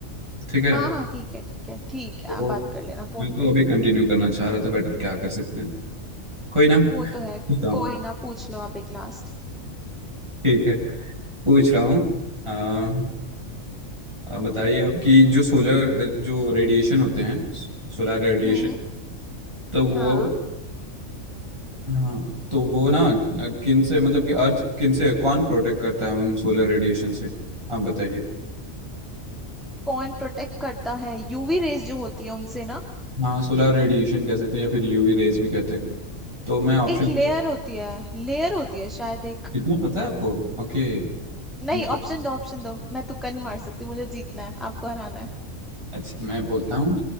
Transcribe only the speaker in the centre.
हाँ हाँ ठीक है ठीक है ठीक है
आप बात कर लेना फोन
पे
वो
तो है
कोई ना पूछ लो आप एक लास्ट
हम्म
हाँ
कौन प्रोटेक्ट करता है यूवी रेज जो होती है उनसे ना
एक लेयर होती है लेयर होती है शायद एक
नहीं ऑप्शन दो ऑप्शन दो मैं तुक्का नहीं मार सकती मुझे जीतना है आपको हराना है